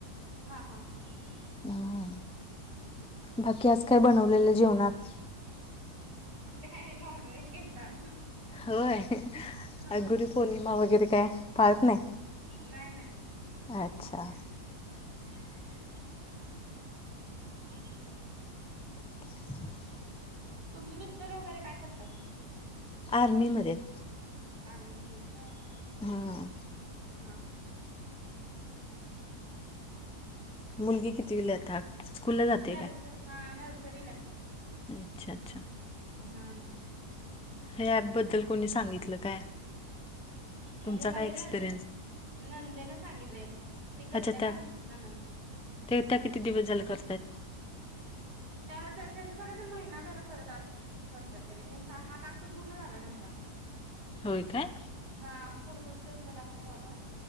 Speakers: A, on the right; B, in the centre.
A: हा हा हा हा.
B: हम्म, बाकी आज काय बनवलेलं जेवणात?
A: काय नॉन व्हेज केलतं आज.
B: होय,,
A: हा
B: अआज
A: हा
B: गुरी पौर्णिमा वगैरे काय.? पाळत नाही.
A: नाही नाही
B: अच्छा!
A: काय नाही हा ह.
B: <inaudible>
A: तुमचे मिस्टर वगैरे काय करतात?
B: आर्मीमध्ये यत.
A: आर्मीमध्ये यत काय?
B: हां.
A: हा हा.
B: मुलगी कितविला आहे आता? स्कूलला जाते
A: नरसरी
B: काय
A: हा नरसरीलाय.
B: अच्छा अच्छा.
A: हां.
B: हे ॲपबद्दल कोणी सांगितलं काय?
A: म्हणजे
B: तुमचा काय
A: माझे
B: एक्सपिरियन्स
A: नंद नंदे ना सांगितलय, ते करत्या
B: अच्छा
A: ना
B: त्या
A: ननंद.
B: ते त्या किती दिवस जालं करतात?
A: त्यां त्यांच झालं असलं महिना झालां करतांत करतांत त्यांनी त्यांचा हात पूर्ण झालां त्यांचा
B: होयं कायं
A: हां पुढचां त्यांचा टास्कं चालूं आंता